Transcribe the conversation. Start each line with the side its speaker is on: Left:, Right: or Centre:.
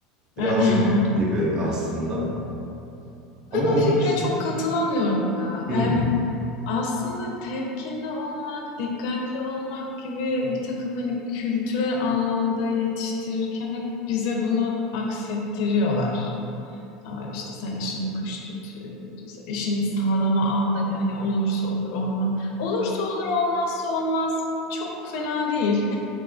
Left: <laughs>
Right: Birazcık onun gibi aslında. Ama
Left: Ben
Right: onun
Left: o fikre
Right: dışında
Left: çok katılamıyorum ya.
Right: hmm,
Left: Yani Aslında temkinli olmak, dikkatli olmak gibi bir takım hani kültürel anlamda yetiştirirken hep bize bunu aksettiriyorlar. Aa, işte sen işini kış tut, e, işini sağlama al da hani olursa olur olmaz. Olursa olur olmazsa olmaz çok fena değil.